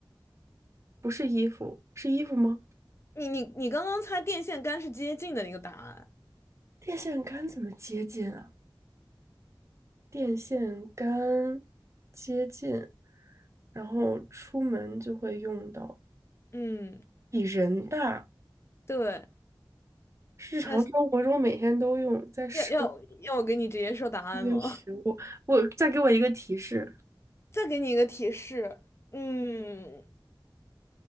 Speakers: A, on the right; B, on the left.
A: 不是衣服，是衣服吗？
B: 你，你你刚刚猜电线杆是接近的那个答案。
A: 电线杆怎么接近啊？电线杆接近，然后出门就会用到，
B: 嗯，
A: 比人大，
B: 对。
A: 日常生活中每天都用，
B: 那
A: 在生
B: 要要要我给你直接说答案吗？
A: 活食物。我再给我一个提示，
B: <laughs> 再给你一个提示。嗯。